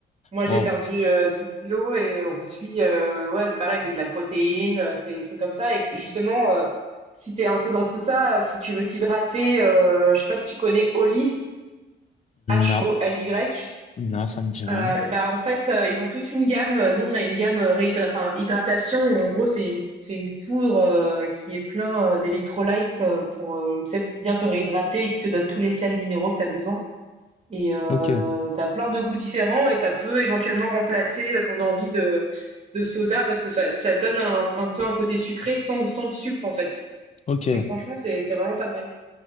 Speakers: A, on the right; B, on the left.
A: Moi, j'ai
B: Wow.
A: perdu euh, 10 kilos et on suit, euh, ouais, c'est pareil, c'est de la protéine, euh, c'est des trucs comme ça. Et justement, euh, si t'es un peu dans tout ça, euh, si tu veux t'hydrater, euh, je sais pas si tu connais Oli, H-O-L-Y.
B: Non, non, ça me dit rien.
A: Euh, bah en fait, euh, ils ont toute une gamme. Nous, on a une gamme euh, réhydra- enfin, hydratation. En gros, c'est une, c'est une poudre euh, qui est plein euh, d'électrolytes euh, pour euh, tu sais, bien te réhydrater et qui te donne tous les sels minéraux que tu as besoin. Et euh,
B: Ok,
A: tu as plein de goûts différents et ça peut éventuellement remplacer euh, ton envie de, de soda parce que ça, ça donne un, un peu un côté sucré sans, sans sucre en fait.
B: ok,
A: Et franchement, c'est, c'est vraiment pas mal.